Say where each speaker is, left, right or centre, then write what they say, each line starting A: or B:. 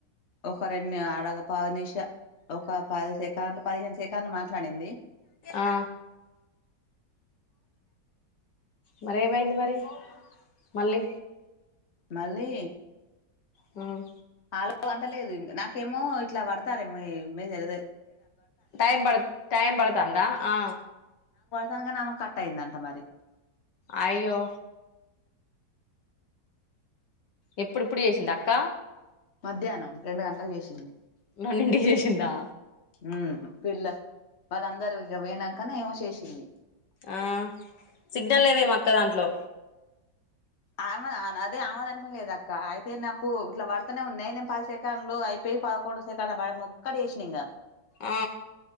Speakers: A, on the left (about 40°); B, on the left (about 70°).
A: ఒక రెండు అడగ పదు నిష ఒక పది సెకన్లు పదిహేను సెకన్లు మాట్లాడింది
B: ఆ మరి ఏమైంది మరి మళ్ళీ
A: మళ్ళీ
B: మ్
A: అలో వందలేదు ఇంగ నాకేమో ఇట్లా పడతారేమొ ఈ మెసెజు
B: టైం పడు టైం పడుతాందా ఆ
A: సంగన ఆమె కట్ అయిందంట మరి
B: అయ్యో ఎప్పుడు ఇప్పుడు చేసింద అక్క
A: మధ్యాహ్నం రెండు గంటలకు చేసింది
B: <unintelligible> చేసిండా
A: మ్ పిల్ల వాళ్ళందరూ ఇగ పొయినంక నె ఏమో చేసింది
B: ఆ సిగ్నల్ లేదేమో అక్క దాంట్లో
A: ఆమెద నదే ఆమెదంటనె లేదు అక్క అయితే నాకు ఇట్లా పడతనే ఉన్నాయ్ నేనే పది సెకండ్లు అయిపోయి పదకొండో సెకండ <unintelligible> మోక్కటి చేసినా ఇంగ
B: ఆ